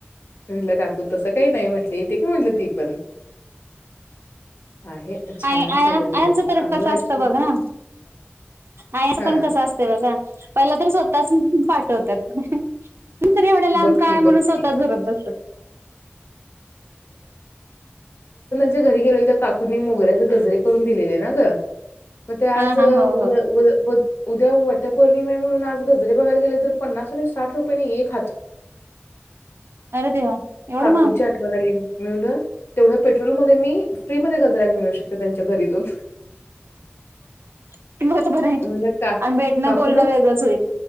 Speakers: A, on the left; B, on the right.
A: मी म्हटलं काकू तसं काही नाही म्हटलं, येते का म्हटलं ती पण आहे छान
B: आणि
A: चाललंय
B: आया
A: तिचं
B: आयांचं
A: पण
B: तर
A: अगं
B: कसं असतं
A: ऍक्च्युली
B: बघ ना आयाच
A: हा
B: पण कसं असते बघा पहिला तर स्वतःच पाठवतात नंतर एवढ्याला लांब
A: बक्की
B: का म्हणून
A: बक्की
B: स्वतः रडत बसतात.
A: तुझ्या घरी गेलेलो तेव्हा काकूंनी मोगऱ्याचे गजरे करून दिलेले ना ग. मग ते आज
B: हा
A: व
B: हा हो हो
A: व <unintelligible> उद्या वटपौर्णिम आहे म्हणून आज गजरे बघायला गेले तर पन्नास आणि साठ रुपयेने एक हात
B: अरे देवा एवढं महा
A: कोणाची आठवण आली म्हणून तेवढ्या पेट्रोलमध्ये मी फ्री मध्ये गजरा घेऊन येऊ शकते त्यांच्या घरी जाऊन.
B: <unintelligible> आणि
A: म्हणलं का
B: भेटणं
A: काकूंना
B: बोलणं वेगळंच होईल.